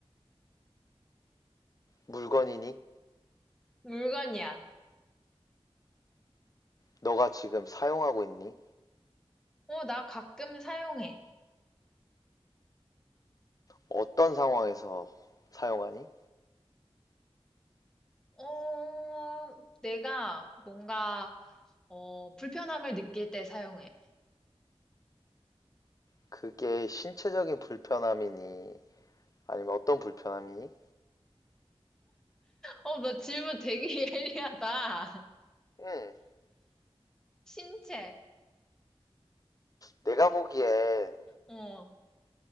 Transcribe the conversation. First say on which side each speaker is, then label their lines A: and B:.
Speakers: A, on the left; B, in the centre.
A: 물건이니?
B: 물건이야.
A: 너가 지금 사용하고 있니?
B: 어, 나 가끔 사용해.
A: 어떤 상황에서 사용하니?
B: 어, 내가 뭔가, 어, 불편함을 느낄 때 사용해.
A: 그게 신체적인 불편함이니? 아니면 어떤 불편함이니?
B: 어, 너 질문 되게 <laughs> 예리하다.
A: 음,
B: 신체,
A: 내가 보기엔
B: 어,